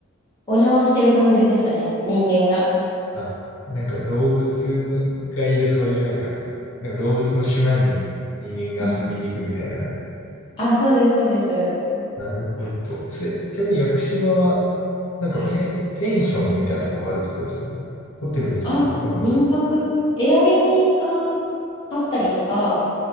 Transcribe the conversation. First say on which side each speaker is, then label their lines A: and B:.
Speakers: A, on the left; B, on the left.
A: お邪魔してる感じでしたね、人間が。
B: あ、なんか動物のがいるそういうなんか、なんか動物の島に人間が遊びに行くみたいな
A: うんあ、そうです、そうです。
B: なるほど。せちなみに屋久島は、なんかペン、
A: はい。
B: ペンションみたいなところがあるってことですかホテルみたいなのあるんですか
A: あ、そうです。民泊、エアビーがあったりとか、